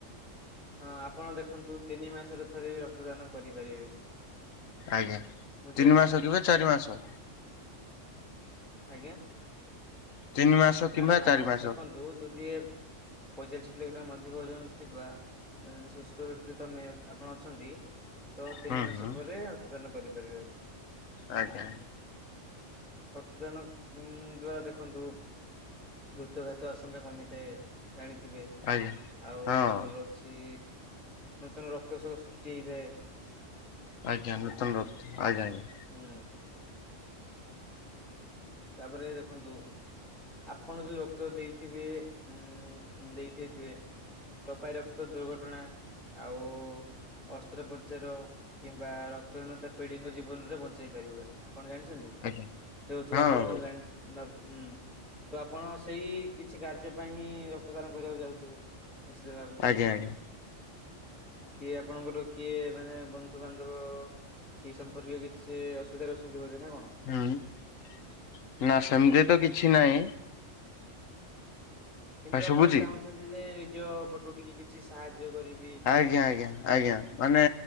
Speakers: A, in the centre; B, on the left.
A: ହଁ ଆପଣ ଦେଖନ୍ତୁ ତିନି ମାସରେ ଥରେ ବି ରକ୍ତଦାନ କରିପାରିବେ।
B: ଆଜ୍ଞା
A: ବୁଝିହେଲା
B: ତିନି ମାସ କିବା ଚାରି ମାସ
A: ଆଜ୍ଞା
B: ତିନି ମାସ କିମ୍ବା
A: ନା ନା
B: ଚାରି ମାସ
A: ଦେଖନ୍ତୁ ଯଦି ପଇଁଚାଳିଶ କିଲୋଗ୍ରାମ ଅଧିକ ଓଜନ ଥିବା ଯଦି ସୁସ୍ଥ ବ୍ୟକ୍ତି ତମେ ଆପଣ ଅଛନ୍ତି ତ ତିନି
B: ହୁଁ
A: ମାସ
B: ହୁଁ
A: ପରେ ଦାନ କରିପାରିବେ। ଆପଣ।
B: ଆଜ୍ଞା ଆଜ୍ଞା।
A: ରକ୍ତଦାନ ଉଁ ଦ୍ଵାରା ଦେଖନ୍ତୁ ହୃତୁଘାତ ଆଶଙ୍କା କମିଥାଏ ଜାଣିଥିବେ
B: ଆଜ୍ଞା।
A: ଆଉ
B: ହଁ
A: ଆମର ଅ କି ନୂତନ ରକ୍ତସବୁ ସୃଷ୍ଟି ହୁଏ।
B: ଆଜ୍ଞା ନୂତନ ର ଆଜ୍ଞା ଆଜ୍ଞା।
A: ହୁଁ। ତାପରେ ଦେଖନ୍ତୁ ଆପଣ ଯୋଉ ରକ୍ତ ଦେଇଥିବେ ଉ ଦେଇଦେଇଥିବେ ଟପାଇ ରକ୍ତ ଦୁର୍ଘଟଣା ଆଉ ଅସ୍ତ୍ରୋପଚାର କିମ୍ବା ରକ୍ତହୀନତା ପିଢ଼ିଙ୍କ ଜୀବନରେ ବଞ୍ଚାଇ ପାରିବ ଆପଣ ଜାଣିଛନ୍ତି।
B: ଆଜ୍ଞା
A: ତୁ
B: ହଁ
A: ଆପଣ ଜାଣିଛ ହୁଁ ତ ଆପଣ ସେଇ କିଛି କାର୍ଯ୍ୟ ପାଇଁ ହିଁ ରକ୍ତଦାନ କରିବାକୁ ଯାଉଥିବେ। ନିଶ୍ଚିତ ଭାବେ।
B: ଆଜ୍ଞା ଆଜ୍ଞା।
A: କିଏ ଆପଣଙ୍କର କିଏ ମାନେ ବନ୍ଧୁ ବାନ୍ଧବ? କି ସମ୍ପର୍କୀୟ କିଛି ଅସୁବିଧାରେ ଅଛନ୍ତି ବୋଧେ ନା କଣ?
B: ହୁଁ ନା ସେମିତି
A: ଆଜ୍ଞା
B: ତ କିଛି ନାହିଁ।
A: କିନ୍ତୁ
B: ଭାଇ
A: ଆପଣ
B: ଶୁଭୁଛି?
A: ଚାହୁଁଛନ୍ତି ଯେ ନିଜ ପଟୁ ଟିକେ କିଛି ସାହାଯ୍ୟ କରିବେ।
B: ଆଜ୍ଞା ଆଜ୍ଞା ଆଜ୍ଞା ମାନେ